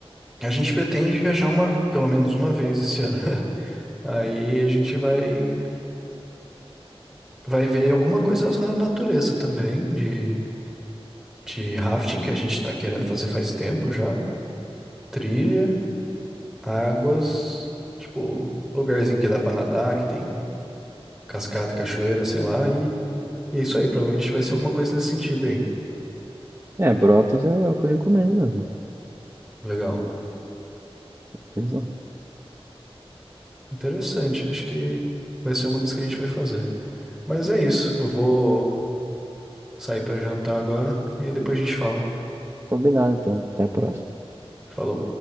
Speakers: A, in the centre; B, on the right.
A: A gente pretende viajar uma, ve- pelo menos uma vez esse ano. <laughs> Aí a gente vai, vai ver alguma coisa relacionada à natureza também, de de rafting que a gente tá querendo fazer faz tempo já. Trilha, águas, tipo, lugarzinho que dá pra nadar, que tem cascata, cachoeira, sei lá, e, e é isso aí, provavelmente vai ser alguma coisa nesse sentido aí.
B: É, Brotas é o que eu recomendo mesmo.
A: Legal.
B: Beleza.
A: Interessante, acho que vai ser uma das que a gente vai fazer. Mas é isso, eu vou sair pra jantar agora e aí depois a gente fala.
B: Combinado, então. Até a próxima.
A: Falou.